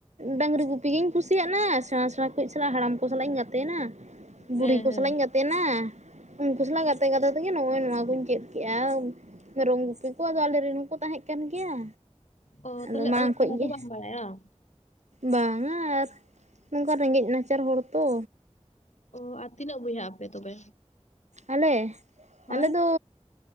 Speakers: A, on the right; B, on the left.
A: ᱰᱟᱝᱨᱤ ᱜᱩᱯᱤ ᱜᱤᱧ ᱠᱩᱥᱤ ᱠᱩᱥᱤᱭᱟᱜᱱᱟ ᱥᱮᱲᱟ ᱥᱮᱲᱟ ᱠᱚ ᱥᱟᱞᱟᱜ ᱦᱟᱲᱟᱢ ᱠᱚ ᱥᱟᱞᱟᱜ ᱤᱧ ᱜᱟᱛᱮᱭᱱᱟ ᱵᱩᱲᱦᱤ
B: ᱦᱮᱸ
A: ᱠᱚ
B: ᱦᱮᱸ
A: ᱥᱟᱞᱟᱜ ᱤᱧ ᱜᱟᱛᱮᱭᱱᱟ ᱩᱱᱠᱩ ᱥᱟᱞᱟᱜ ᱜᱟᱛᱮ ᱜᱟᱛᱮ ᱛᱮᱜᱮ ᱱᱚᱜᱼᱚᱭ ᱱᱚᱣᱟ ᱠᱩᱧ ᱪᱮᱫ ᱠᱮᱜᱼᱟ ᱢᱮᱨᱚᱢ ᱜᱩᱯᱤ ᱠᱚ ᱟᱫᱚ ᱟᱞᱮ ᱨᱮᱱ ᱦᱚᱸᱠᱚ ᱛᱟᱦᱮᱸᱜ ᱠᱟᱱ ᱜᱮᱭᱟ
B: ᱚ
A: ᱟᱫᱚ
B: ᱛᱟᱦᱚᱞᱮ
A: ᱢᱟᱲᱟᱝ
B: ᱚᱞᱚᱜ
A: ᱠᱷᱚᱡ
B: ᱯᱟᱲᱦᱟᱜ
A: ᱜᱮ
B: ᱫᱚ ᱵᱟᱢ ᱵᱟᱲᱟᱭᱟ‌ ᱟ
A: ᱵᱟᱝᱟ ᱟᱨ ᱚᱝᱠᱟᱱ ᱨᱮᱸᱜᱮᱡ ᱱᱟᱪᱟᱨ ᱦᱚᱲ ᱛᱚ
B: ᱚ ᱟᱨ ᱛᱤᱱᱟᱹᱜ ᱵᱚᱭᱦᱟᱜ ᱟᱯᱮ ᱛᱚᱵᱮ
A: ᱟᱞᱮ
B: ᱦᱳᱭ
A: ᱟᱞᱮ ᱫᱚ